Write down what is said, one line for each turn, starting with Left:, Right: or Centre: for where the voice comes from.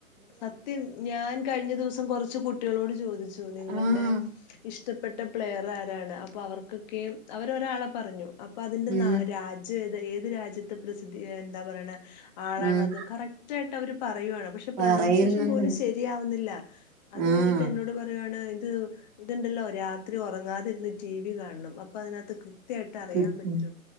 Left: സത്യം. ഞാൻ കഴിഞ്ഞ ദിവസം കൊറച്ച് കുട്ടികളോട് ചോദിച്ചു നിങ്ങൾടെ
Right: ആഹ്
Left: ഇഷ്ടപ്പെട്ട പ്ലെയർ ആരാണ്. അപ്പോ അവർക്കൊക്കെയും അവരൊരാളെ പറഞ്ഞു. അപ്പൊ അതിന്റെ
Right: ഉം
Left: ന രാജ്യം ഏത ഏത് രാജ്യത്തെ പ്രസിദ്ധി എന്താ പറയണെ ആളാണത്
Right: ഉം
Left: കറക്റ്റായിട്ട് അവര് പറയുവാണ്. പക്ഷെ, പ്രനൗൺസേഷൻ
Right: പറയുന്നുണ്ട്
Left: പോലും ശെരിയാവുന്നില്ല. അത്
Right: ആഹ്
Left: കഴിഞ്ഞിട്ട് എന്നോട് പറ യാണ്. ഇത് ഇത്ണ്ടല്ലോ രാത്രി ഒറങ്ങാതിരുന്ന് ടി വി കാണണം. അപ്പൊ അതിനകത്ത് കൃത് കൃത്യായിട്ട് അറിയാൻ
Right: കിട്ടും
Left: പറ്റും